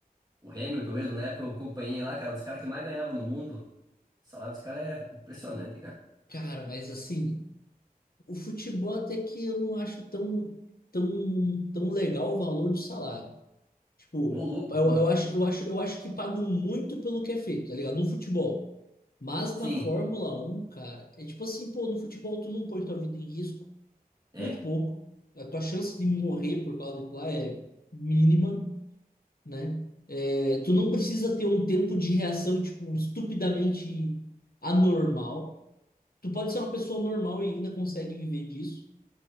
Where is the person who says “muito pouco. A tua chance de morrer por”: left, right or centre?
Left